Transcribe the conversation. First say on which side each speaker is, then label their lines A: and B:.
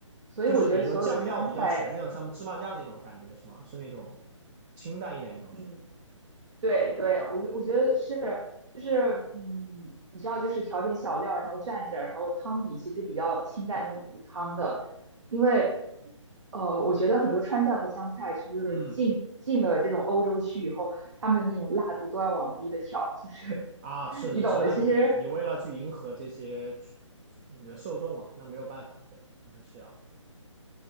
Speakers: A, on the right; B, on the right.
A: 所以我觉得所有的川菜，
B: 就是比如说酱料比较全那种，像芝麻酱那种感觉是吗？是那种清淡一点那种是吧？
A: 嗯，对对，我觉我觉得是，就是，嗯，你知道，就是调点小料，然后蘸着，然后汤底其实比较清淡，就是骨汤的，因为，呃，我觉得很多川菜和湘菜，就是进进了这种欧洲区以后，
B: 嗯，
A: 他们的那种辣度都要往低的调，就是
B: 啊，
A: <laughs>
B: 是是是，
A: 你懂的，
B: 那肯定，
A: 其实
B: 你为了去迎合这些群你的受众嘛，那没有办法，对，可能是要。